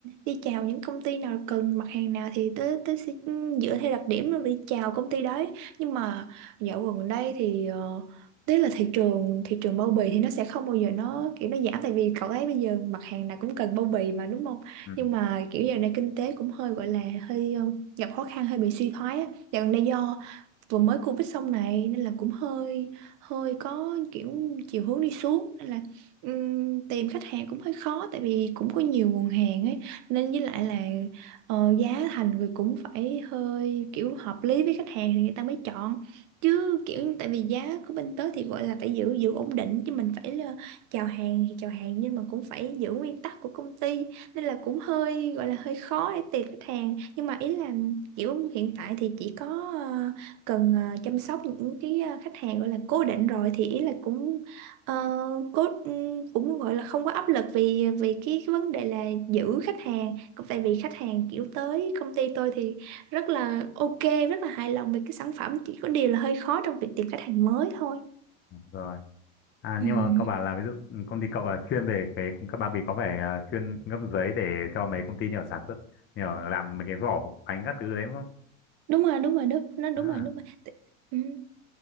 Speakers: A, on the right; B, on the left.
A: đi chào những công ty nào cần mặt hàng nào thì tớ tớ sẽ ừ, dựa theo đặc điểm rồi đi chào công ty đấy nhưng mà dạo gần đây thì ờ, Tức là thị trường thị trường bao bì thì nó sẽ không bao giờ nó kiểu nó giảm tại vì cậu thấy bây giờ mặt hàng nào cũng cần bao bì mà đúng không?
B: ừ.
A: nhưng mà kiểu giờ này kinh tế cũng hơi gọi là hơi ờ, gặp khó khăn hơi bị suy thoái á dạo gần đây do vừa mới Covid xong này nên là cũng hơi hơi có kiểu chiều hướng đi xuống nên là ừm, tìm khách hàng cũng hơi khó tại vì cũng có nhiều nguồn hàng ấy nên với lại là ờ, giá thành người cũng phải hơi kiểu hợp lý với khách hàng thì người ta mới chọn chứ kiểu tại vì giá của bên tớ thì gọi là phải giữ giữ ổn định chứ mình phải là chào hàng thì chào hàng nhưng mà cũng phải giữ nguyên tắc của công ty nên là cũng hơi gọi là hơi khó để tìm khách hàng nhưng mà ý là kiểu hiện tại thì chỉ có ờ, cần ờ, chăm sóc những cái ờ, khách hàng gọi là cố định rồi thì ý là cũng ờ, cố ừm, cũng gọi là không có áp lực vì vì cái, cái vấn đề là giữ khách hàng cũng tại vì khách hàng kiểu tới công ty tôi thì rất là ok rất là hài lòng về cái sản phẩm chỉ có điều là hơi khó trong việc tìm khách hàng mới thôi
B: rồi à
A: Ừm,
B: nhưng mà cậu bảo là ví dụ công ty cậu là chuyên về cái cung cấp bao bì có phải à, chuyên cung cấp giấy để cho mấy công ty nhỏ sản xuất nhỏ làm mấy cái vỏ hộp bánh các thứ đấy đúng không
A: đúng rồi đúng rồi đúng nó đúng
B: à
A: rồi đúng rồi Tự- ừm.